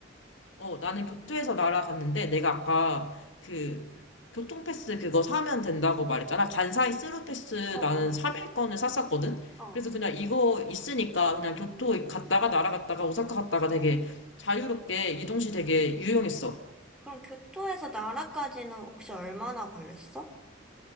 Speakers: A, on the left; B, in the centre.
A: 어, 나는 교토에서 날아갔는데, 내가 아까 그 교통패스 그거 사면 된다고 말했잖아. 간사이 스루패스
B: 어,
A: 나는
B: 어.
A: 3일권을 샀었거든.
B: 어.
A: 그래서 그냥 이거 있으니까 그냥 교토 갔다가 날아갔다가 오사카 갔다가 되게 자유롭게 이동시 되게 유용했어.
B: 그럼 교토에서 나라까지는 혹시 얼마나 걸렸어?